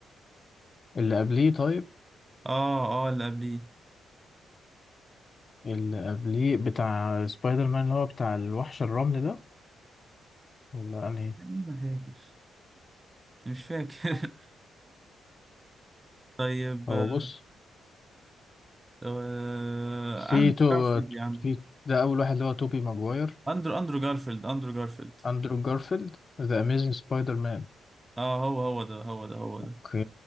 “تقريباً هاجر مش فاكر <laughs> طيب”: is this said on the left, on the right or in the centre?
Right